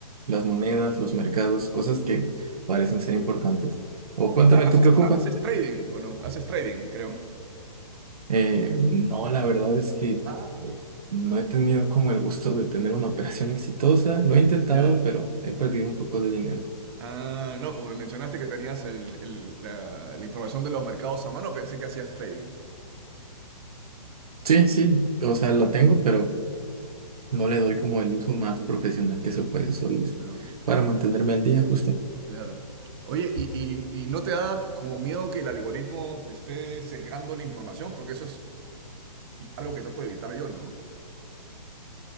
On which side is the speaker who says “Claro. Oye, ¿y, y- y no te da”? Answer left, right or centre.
Right